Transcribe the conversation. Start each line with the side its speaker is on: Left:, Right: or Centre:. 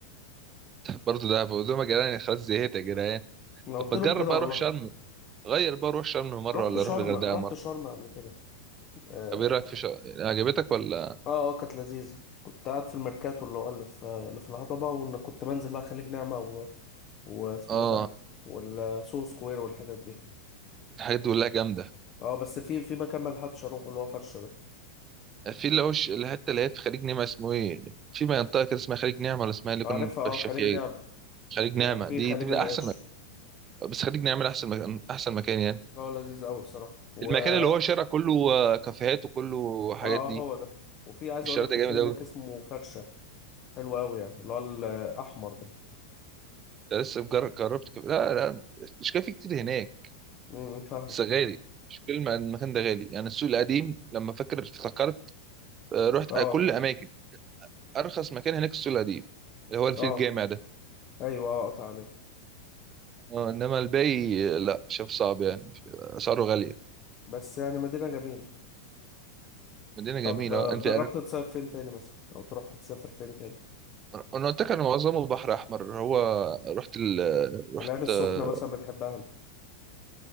Right: برضه دهب قلت لهم يا جدعان خلاص زهقت يا جدعان
Left: أنا
Right: طب
Left: قلت
Right: بتجرب
Left: لهم كده
Right: بقى
Left: والله
Right: اروح شرم غير بقى اروح شرم مره
Left: رحت
Right: ولا
Left: شرم
Right: اروح الغردقه
Left: رحت
Right: مره
Left: شرم قبل كده اه
Right: طب ايه رايك في شرم عجبتك ولا
Left: اه آه، كانت لذيذة كنت قاعد في الميركاتو اللي هو اللي في اللي في الهضبة وإن كنت بنزل بقى خليج نعمة و... واسمه
Right: اه
Left: ايه ده والسو سكوير والحتت دي
Right: الحاجات دي كلها جامده
Left: اه بس في في مكان ملحقتش اروحه اللي هو فرشة ده
Right: في اللي هو ش- الحته اللي هي في خليج نعمه اسمه ايه في منطقه كده اسمها خليج نعمه ولا اسمها إيه اللي
Left: عارفها
Right: كنا بنتمشى
Left: اه خليج
Right: فيها
Left: نعمة
Right: ايه خليج نعمه
Left: وفي
Right: دي
Left: خليج
Right: دي من
Left: القرش
Right: احسن مكان. بس خليج نعمه احسن مكان احسن مكان يعني
Left: اه لذيذ قوي بصراحة و
Right: المكان
Left: اه
Right: اللي هو شارع كله آه، كافيهات وكله حاجات
Left: اه
Right: دي
Left: هو ده وفي عايز
Right: الشارع
Left: اقول لك
Right: ده
Left: كافيه
Right: جامد
Left: هناك
Right: قوي
Left: اسمه فرشة حلو قوي يعني اللي هو الاحمر ده
Right: ده لسه مجرد جربت كافيه. لا لا مش كافيه كتير هناك
Left: امم فاهمك
Right: بس غالي مش كلمة المكان ده غالي يعني السوق القديم لما فاكر افتكرت آه، رحت
Left: اه
Right: آه، كل اماكن ارخص مكان هناك السوق القديم اللي هو اللي
Left: اه
Right: فيه الجامع ده
Left: ايوه اه قطع عليه
Right: آه، انما الباقي آه، لا شاف صعب يعني اسعاره غالية
Left: بس يعني مدينة جميلة
Right: مدينة
Left: طب
Right: جميلة
Left: آه،
Right: آه، انت
Left: جربت
Right: انا
Left: تصيف فين تاني مثلا او تروح تسافر فين تاني
Right: أنا قلت لك انا معظمه بحر احمر هو رحت ال... رحت
Left: العين السخنة
Right: آه،
Left: مثلا بتحبها انت